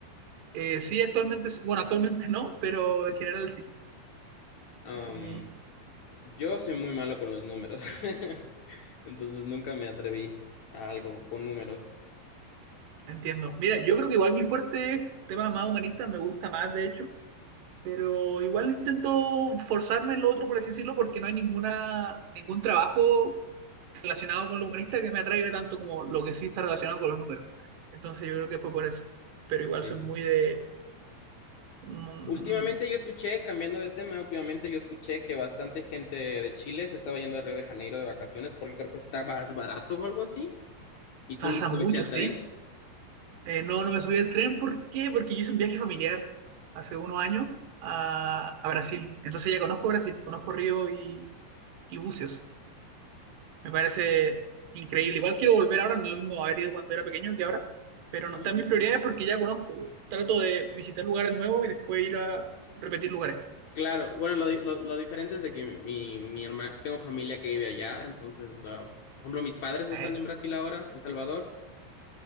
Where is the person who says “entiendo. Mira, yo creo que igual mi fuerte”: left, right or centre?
Right